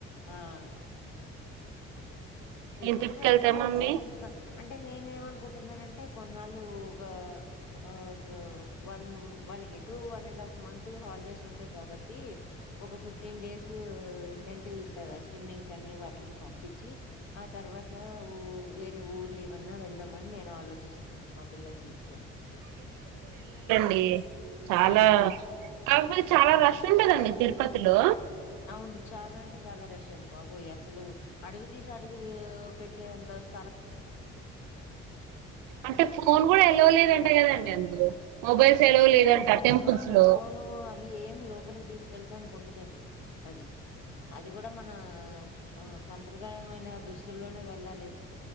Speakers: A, on the left (about 85°); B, on the right (about 80°).
A: ఆహ్ ట్రిప్
B: నేను ట్రిప్కి
A: కు వెళ్ళటము
B: వెళ్తా మమ్మీ
A: అంటే నేను ఏమనుకుంటున్నానంటే కొన్నాళ్ళు ఒక ఆహ్ వన్ వాళ్ళకి ఎటూ one and half month holidays ఉంటాయి కాబట్టి ఒక ఫిఫ్టీన్ డేస్ ఏంటంటే ఇట్లా స్విమ్మింగ్ అని వాటికి పంపించి ఆ తర్వాత వేరే ఊర్లు ఏమన్నా వెళ్దామని నేను ఆలోచిస్తున్నా మా పిల్లల్ని తీసుకొని
B: డి చాలా
A: హ్మ్.
B: కాకపోతే చాలా రష్ ఉంటదండీ తిరుపతిలో
A: అవును చాలా అంటే చాలా రష్ ఏంటి బాబు అసలు అడుగు తీసి అడుగు పెట్టే అంత స్
B: అంటే ఫోన్ కూడా ఎలో లేదం లేదండి అందులో మొబైల్స్
A: ఫోన్
B: ఎలవ్ లేదంట
A: ఎలో ఉండదు
B: టెంపుల్స్
A: అవును
B: లో
A: ఫోను అవి ఏం లోపలికి తీస్ కెళటానికి ఉండదండి అది అది కూడా మన ఆ సం ప్రదాయమైన దుస్తుల్లో వెళ్ళలేను